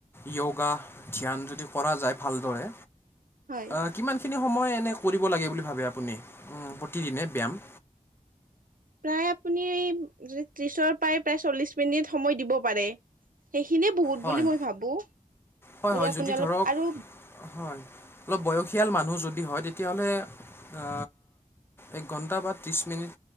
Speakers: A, on the left; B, on the right.
A: য়োগা ধ্যান যদি কৰা যায় ভালদৰে
B: হয়
A: আহ, কিমানখিনি সময় এনে কৰিব লাগে বুলি ভাবে আপুনি উম প্ৰতিদিনে ব্যায়াম।
B: প্ৰায় আপুনি ত্ৰিছৰ পৰাই প্ৰায় চল্লিছ মিনিট সময় দিব পাৰে। সেইখিনিয়ে বহুত
A: হয়
B: বুলি মই ভাবো।
A: হয়, হয়
B: আপুনি
A: যদি
B: অলপ
A: ধৰক
B: আৰু
A: হয়। অলপ বয়সীয়াল মানুহ যদি হয়, তেতিয়াহলে আ এক ঘণ্টা বা ত্ৰিছ মিনিট,